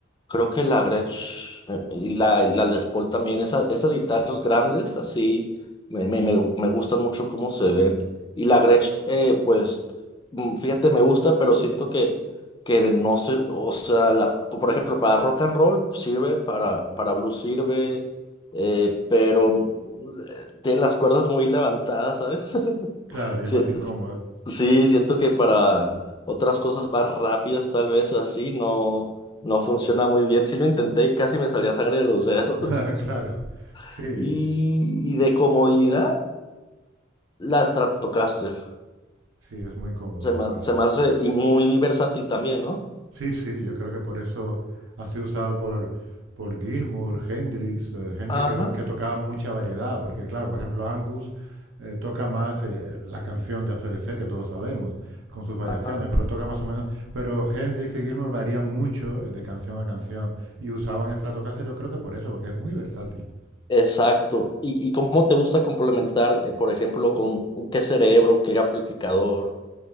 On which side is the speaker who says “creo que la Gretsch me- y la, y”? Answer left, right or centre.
Left